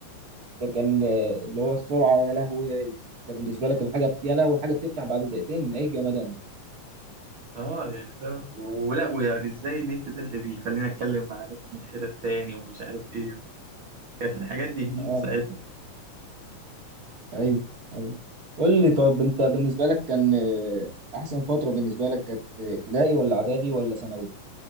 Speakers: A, on the right; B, on the right.
A: ده كان آه، اللي هو السرعه يا لهوي ده بالنسبه لك الحاجه بت- يا لهوي الحاجه بتفتح بعد دقيقتين ايه الجمدان ده
B: اه يعني فاهم ولا ويعني ازاي النت ده اللي بيخلينا اتكلم مع ناس من حتت تاني ومش عارف ايه كانت الحاجات دي جديده
A: اه
B: ساعتها
A: ايوه ايوه قول لي طب انت بالنسبه لك كان آه، احسن فتره بالنسبه لك كانت ابتدائي ولا اعدادي ولا ثانوي